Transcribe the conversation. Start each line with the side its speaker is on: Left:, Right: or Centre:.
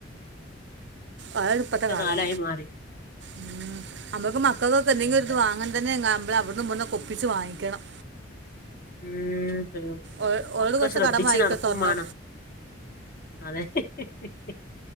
Right: അതാണ്
Left: അങ്ങനത്തെ
Right: ഇപ്പത്തെ കാലം.
Left: കാലായി മാറി
Right: ഉം നമ്മക്ക് മക്കൾക്കൊക്കെ എന്തെങ്കിലുംത്
Left: എന്താ
Right: വാങ്ങ ണി തന്നെഅമ്മള് അവട്ന്നും ഇവിടുന്നു ഒപ്പിച്ചു വാങ്ങിക്കണം
Left: ഉം അന്നെ
Right: ഓ- ഓളോട്
Left: ഒക്കെ
Right: കുറച്ച്
Left: ശ്രദ്ധിച്ച്
Right: കടം വാങ്ങിക്കോ
Left: നടക്കും
Right: തുറന്നു
Left: മാണം അതെ ഹി ഹി ഹി